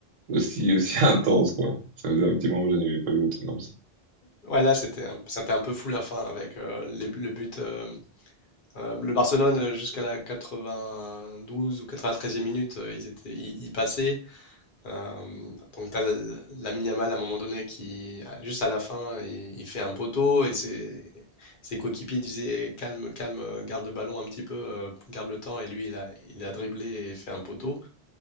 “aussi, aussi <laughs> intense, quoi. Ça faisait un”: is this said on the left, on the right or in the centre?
Right